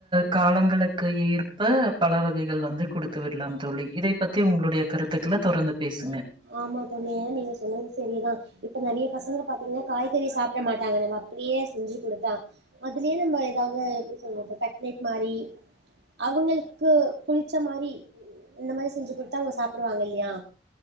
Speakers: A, on the right; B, on the right.
A: கா லங்களுக்கேற்ப பழ வகைகள் வந்து குடுத்து விடலா தோழி இத பத்தி உங்களுடைய கருத்துக்களை தொடர்ந்து பேசுங்க
B: ஆமா தோழியே நீங்க சொன்னது சரிதா இப்போ நறைய பசங்கள பா த்தீங்கனா காய்கறி சாப்ட மாட்டாங்க நம்ம அப்டியே செஞ்சி குடுத்தா அதுலயே நம்ம ஏதாவது எப்டி சொல்றது கட்லெட் மாறி அவங்களுக்கு புளிச்ச மாறி இந்த மாறி செஞ்சி குடுத்தா அவுங்க சாப்புடுவாங்க இல்லையா